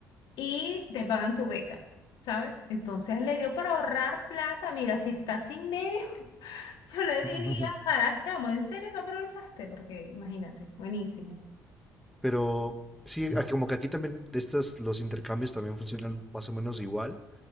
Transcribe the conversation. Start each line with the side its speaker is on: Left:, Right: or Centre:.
Left: y te pagan tu beca, ¿sabes? Entonces le dio para ahorrar plata, mira, si está sin medio, <laughs> yo le diría,
Centre: <laughs>
Left: caray, chamo, ¿en serio no aprovechaste? Porque imagínate, buenísimo.
Centre: pero sí, a- como que aquí también de estas, los intercambios también funcionan más o menos igual,